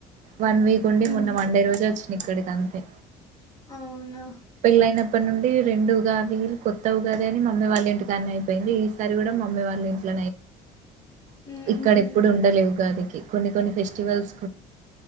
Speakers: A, on the right (about 60°); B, on the left (about 25°).
A: వన్ వీక్ ఉండి
B: హ్మ్.
A: మొన్న వన్డే రోజు వచ్చి ఇక్కడికి అంతే
B: అవునా?
A: పెళ్ళయిన ఇప్పటి నుండి రెండు ఉగాది కొత్త ఉగాది అని మమ్మీ వాళ్ళ ఇంటి కానీ అయిపోయింది ఈసారి కూడా మమ్మీ వాళ్ళ ఇట్లో అ
B: హుహు.
A: ఇక్కడ ఎప్పుడు ఉండ ఉగా కొ కొ నీ ఫెస్టివల్స్